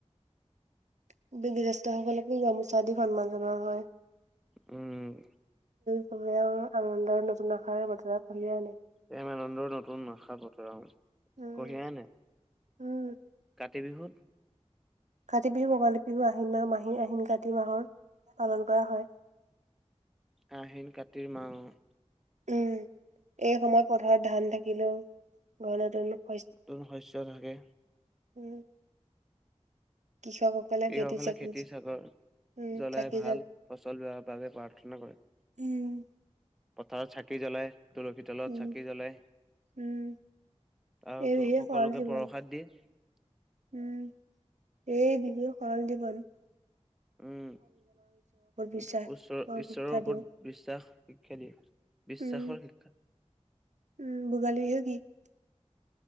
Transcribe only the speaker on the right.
বাদ্য <unintelligible> জ্যেষ্ঠ সকলকো গামোচা দি সন্মান জনোৱা হয়
সবে আনন্দৰ নতুন আশাৰ বতৰা কঢ়িয়াই আনে।
উম
উম
কাতি বিহু ভোগালী বিহু আহিন মাহ মাহী আহিন কাতি মাহৰ পালন কৰা হয় <unintelligible> <inaudible>
উম এই সময়ত পথাৰত ধান থাকিলোও ঘৰ নাটনো <unintelligible>
উম কৃষকসকলে
ভেটি
চাকি
উম
চাকি
উম
উম
উম
এই বিহুৱে
সৰল জীৱন
উম এই বিহু সৰল দীৱন <unintelligible>
বিশ্বাস
শিক্ষা
দিয়ে
উম
উম ভূগালী বিহু হে কি <unintelligible>